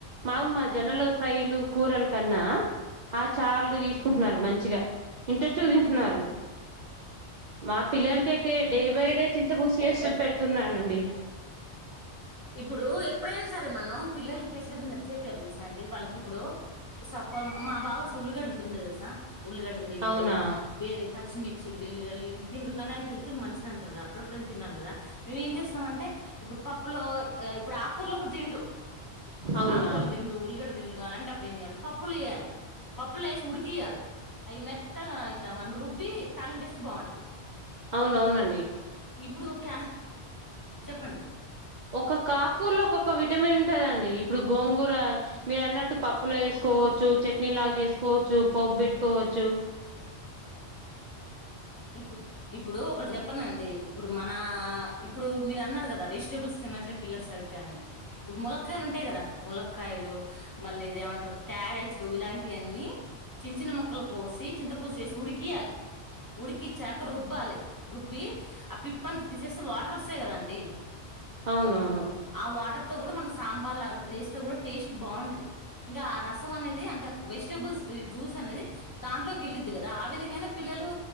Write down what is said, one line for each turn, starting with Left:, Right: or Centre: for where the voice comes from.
Right: మాములు మా జనరల్ గా ఫ్రైలు కూరల కన్నా ఆ చార్లు తీసుకుంటున్నారు మంచిగా ఇంట్రెస్ట్గా తింటున్నారు మా పిల్లలకి అయితే డే బై డే చింతపూలుసు చేసి పెడుతున్నానండి
Left: ఇప్పుడు ఎప్పుడైనా సరే మనం పిల్లలకి ఎట్లా తిన చెపియాలే తెలుసా అండి వాళ్ళకి ఇప్పుడు స మా బావాసలు ఉల్లిగడ్డ తిండు తెలుసా ఉల్లిగడ్లు తిండు
Right: అవునా
Left: బే పచ్చిమిర్చి వెల్లిల్లి ఇవి తిండు కానీ ఆ హెల్త్ కు మంచిది అంటారు కా అప్పుడప్పు డైనా తినాల కదా మేము ఏం చేస్తామంటే ఇప్పుడు ప ప్పులో ఇప్పుడు ఆకూ కూరలు కూడా తిండు
Right: అవునా
Left: ఆకూర్ తిండు ఉల్లిగడ తిండు అలాంటప్పుడు ఏం చేయాలాంటె పప్పులు వేయాలి పప్పులు వేసి ఉడికియాలి అవి మెత్తగా ఇట్లా మన రుబ్బి తాళింపిస్తే బాగుంటది
Right: అవునవునండి
Left: ఇప్పుడు క చెప్పండి
Right: ఒకొక్కకాకూర్లో ఒక్కొక్క విటమిన్ ఉంటదండి ఇప్పుడు గోంగూర మీరు అన్నట్టు పప్పులో వేసుకోవచ్చు చట్నీ లాగా చేసుకోవచ్చు పోపు పెట్టుకోవచ్చు
Left: ఇప్పుడు ఇప్పుడు ఒకటి చెప్పన అండి ఇప్పుడు మనా ఇప్పుడు మీరు అన్నారు కదా వెజిటేబుల్స్ తినట్లే పిల్లలు సరిగ్గాని ములక్కాయాలు ఉంటాయి కదా ములక్కాయాలు మళ్ళీ ఇదేమంటరు క్యారెట్లు ఇలాంటియి అన్ని చించిన మొక్కలు కోసి చింతపూలుసు వేసి ఉడికియ్యాలి ఉడికిచ్చాక రుబ్బాలి రుబ్బి ఆ పిప్ప అంత తీసేస్తే వాటర్ వస్తాయి కదండి
Right: అవునవును
Left: ఆ వాటర్ తో కూడా మనం సాంబార్ లాగా అట్టా చేస్తే కూడా టేస్ట్ బాగుంటది ఇంకా ఆ రసం అనేది అంటే వెజిటేబుల్స్ జ్యూస్ అనేది దాంట్లోకి వెళ్ళిద్ది కదా ఆ విధంగానే పిల్లలు